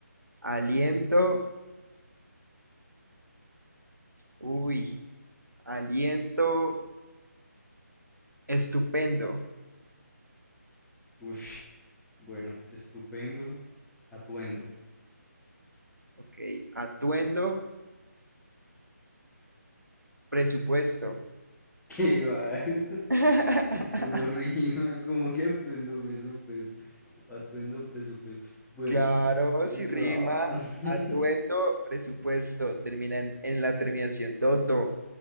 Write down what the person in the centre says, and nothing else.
Uf, bueno, estupendo, atuendo.
¿Qué va? <laughs> Eso,
eso no rima, como que atuendo presupuesto. Atuendo presupuesto. Bueno,
no.
<laughs>